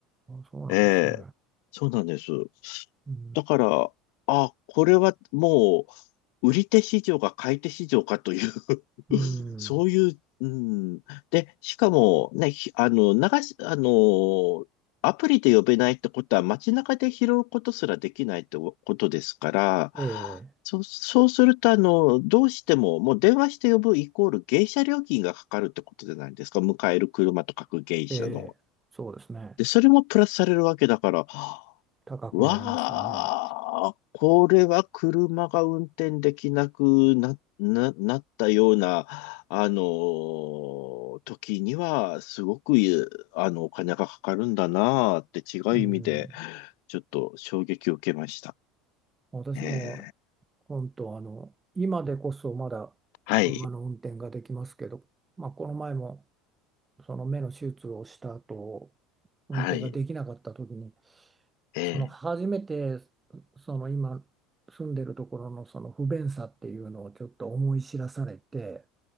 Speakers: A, on the right; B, on the left.
A: そうなんですね。
B: ええ、そうなんです。
A: うん、
B: だから、あ、これはもう、売り手市場か買い手市場かという
A: うん
B: <laughs> そういう、うん。で、しかも、ね、ひあの、流し、あの、アプリで呼べないってことは街中で拾うことすらできないってことですから、
A: え
B: そう、そうすると、あの、どうしても、もう電話して呼ぶイコール迎車料金がかかるってことじゃないですか。迎える車と書く迎車の。
A: え、ええ、そうですね。
B: で、それもプラスされるわけだから、
A: 高くなりますよね。
B: わあ、これは車が運転できなくな、な、なったような、あのー時には、すごく、あの、お金がかかるんだなあって違う意味で、
A: うん、
B: ちょっと衝撃を受けました。
A: 私も
B: ええ、
A: 本当、あの、今でこそまだ
B: はい、
A: 車の運転ができますけど、まあ、この前もその目の手術をした後、運転ができなかった時に、
B: はい、ええ。
A: その初めてその今住んでるところのその不便さっていうのをちょっと思い知らされて。